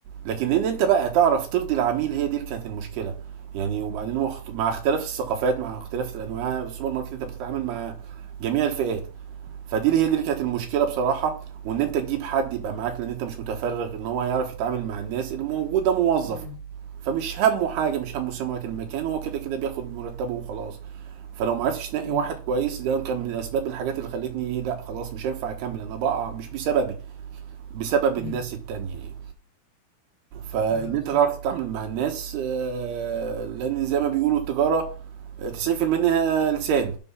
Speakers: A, on the right (about 75°); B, on the left (about 40°).
A: لكن ان انت بقى تعرف ترضي العميل هي دي اللي كانت المشكله يعني وبعدين مع اخت- مع اختلاف الثقافات مع اختلاف الانواع السوبر ماركت انت بتتعامل مع جميع الفئات فدي اللي هي دي اللي كانت المشكله بصراحه وان انت تجيب حد يبقى معاك لان انت مش متفرغ ان هو يعرف يتعامل مع الناس اللي موجوده موظف
B: مم.
A: فمش همه حاجه مش همه سمعه المكان هو كده كده بياخد مرتبه وخلاص فلو ما عرفتش تنقي
B: مم.
A: واحد كويس ده كان من اسباب الحاجات اللي خلتني ايه لا خلاص مش هينفع اكمل انا بقع مش بسببي بسبب
B: مم.
A: الناس التانية يعني فان
B: آه، بالظبط
A: انت تعرف تتعامل مع الناس آه، لان زي ما بيقولوا التجاره آه، 90% منها لسان